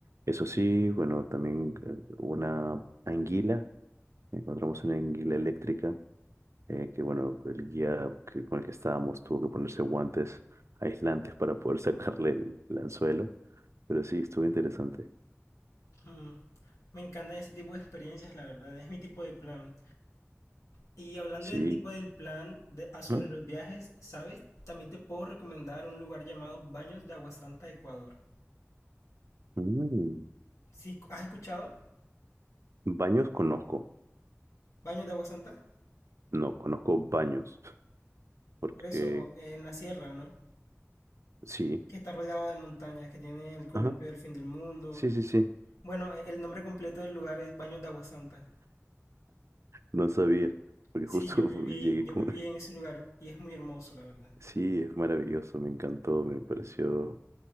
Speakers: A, on the right; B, on the left.
A: eso sí, bueno, también eh, una anguila, encontramos una anguila eléctrica, eh, que bueno, el guía que- con el que estábamos tuvo que ponerse guantes aislantes para poder <laughs> sacarle el, el anzuelo, pero sí, estuvo interesante.
B: Mm, Me encantan ese tipo de experiencias, la verdad, es mi tipo de plan. Y hablando
A: Sí.
B: del tipo del plan de- ah, sobre
A: Ujú.
B: los viajes, ¿sabes? También te puedo recomendar un lugar llamado Baños de Agua Santa Ecuador.
A: Mm.
B: ¿Sí? ¿Has escuchado?
A: Baños conozco,
B: Baños de Agua Santa
A: no, conozco baños, porque
B: Por eso, en la sierra, ¿no?
A: sí,
B: Que está rodeado de montañas, que tiene el columpio
A: ajá,
B: del fin del mundo.
A: sí, sí, sí,
B: Bueno, e- el nombre completo del lugar es Baños de Agua Santa
A: no sabía, porque
B: Sí,
A: justo
B: yo viví,
A: <laughs> llegué
B: yo
A: con
B: viví en ese lugar y es muy hermoso, la verdad.
A: Sí, es maravilloso, me encantó, me pareció,